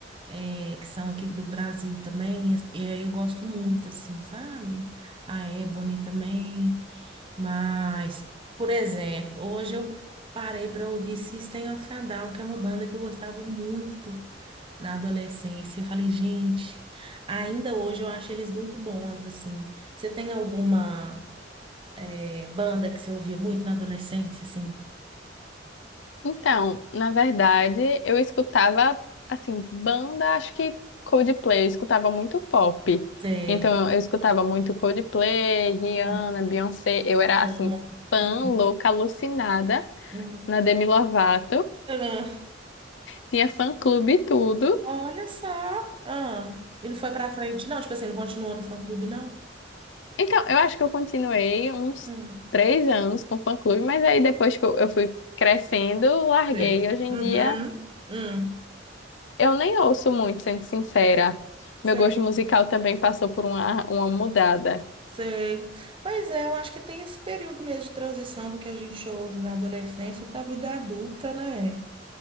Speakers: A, on the right; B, on the left.
A: eh, que são aqui do Brasil também. E aí eu gosto muito, assim, sabe? A Ebony também. Mas, por exemplo, hoje eu parei para ouvir System of a Down, que é uma banda que eu gostava muito na adolescência. Eu falei, gente, ainda hoje eu acho eles muito bons, assim. Você tem alguma eh, banda que você ouvia muito na adolescência, assim?
B: Então, na verdade, eu escutava, assim, banda, acho que Coldplay, eu escutava muito pop.
A: Você
B: Então, eu escutava muito Coldplay, Rihanna,
A: ah,
B: Beyoncé. Eu era,
A: ama?
B: assim, fã
A: Hum.
B: louca, alucinada
A: hum.
B: na Demi Lovato.
A: Ah,
B: Tinha fã-clube e tudo.
A: Olha só. Ah, ele foi pra frente, não? Tipo assim, não continuou no fã-clube, não?
B: Então, eu acho que eu continuei uns
A: Hum.
B: três anos com fã-clube, mas aí depois que eu, eu fui crescendo, larguei.
A: Sei.
B: Hoje em
A: Uhum.
B: dia,
A: Hum.
B: eu nem ouço muito, sendo sincera.
A: Sei.
B: Meu gosto musical também passou por uma, uma mudada.
A: Sei. Pois é, eu acho que tem esse período mesmo de transição do que a gente ouve na adolescência para a vida adulta, né?